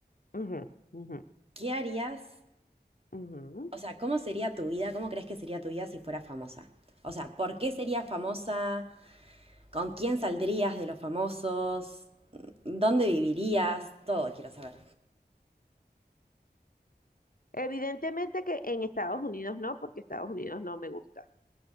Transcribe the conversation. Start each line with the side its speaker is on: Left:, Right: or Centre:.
Left: ujú, ujú,
Right: ¿Qué harías?
Left: ujú.
Right: O sea, ¿cómo sería tu vida? ¿Cómo crees que sería tu vida si fueras famosa? O sea, ¿por qué serías famosa? ¿Con quién saldrías de los famosos? ¿Dónde vivirías? Todo quiero saber.
Left: Evidentemente que en Estados Unidos no, porque Estados Unidos no me gusta.